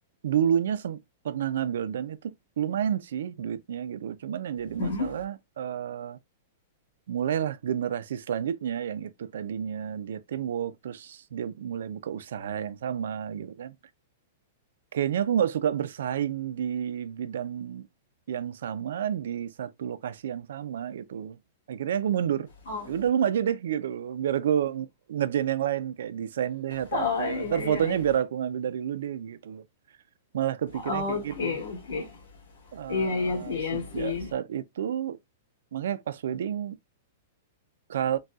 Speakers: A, on the right; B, on the left.
A: dulunya sem- pernah ngambil dan itu lumayan sih duitnya gitu. Cuman yang jadi
B: hmm.
A: masalah eh, mulailah generasi selanjutnya yang itu tadinya dia teamwork terus dia mulai buka usaha yang sama gitu kan kayaknya aku nggak suka bersaing di bidang yang sama di satu lokasi yang sama gitu loh. akhirnya aku mundur
B: Oh
A: ya udah lu maju deh gitu loh biar aku ngerjain yang lain kayak desain deh atau
B: Oh,
A: apa
B: iya,
A: gitu ntar
B: iya,
A: fotonya
B: iya.
A: biar aku ngambil dari lu deh gitu loh malah kepikirnya
B: Oke,
A: kayak gitu
B: oke.
A: Eh,
B: Iya, iya sih, iya
A: sejak
B: sih.
A: saat itu makanya pas wedding Kal